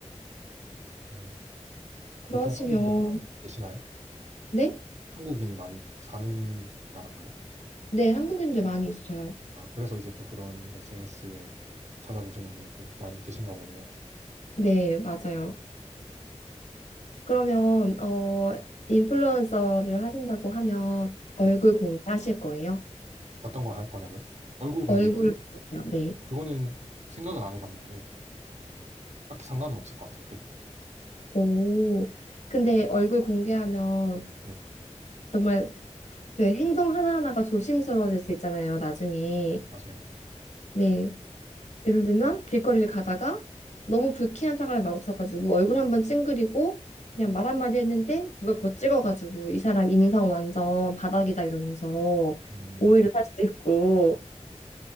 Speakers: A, on the right; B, on the left.
A: 네.
B: 그러시면
A: 보통 한국인이 많이 계시나요?
B: 네?
A: 한국인이 많이 사는 나라인가요?
B: 네, 한국인들 많이 있어요.
A: 아, 그래서 이제 또 그런 SNS에 찾아보시는 분이 또 많이 계신가 보네요.
B: 네, 맞아요. 그러면 어 인플루언서를 하신다고 하면 얼굴
A: 네.
B: 공개하실 거예요?
A: 어떤 걸 할 거냐고요? 얼굴 공개요.
B: 얼굴 공개요. 네.
A: 그거는 생각은 안 해봤는데, 딱히 상관은 없을 것 같아요, 해도.
B: 오.
A: 네.
B: 근데 얼굴 공개하면
A: 네,
B: 정말 그 행동 하나하나가 조심스러워질 수 있잖아요, 나중에.
A: 맞아요.
B: 네. 예를 들면 길거리를 가다가 너무 불쾌한 상황에 마주쳐가지고 얼굴 한번 찡그리고 그냥 말 한마디 했는데 누가 그거 찍어가지고 이 사람 인성 완전 바닥이다 이러면서
A: 음,
B: 오해를 살 수 있고.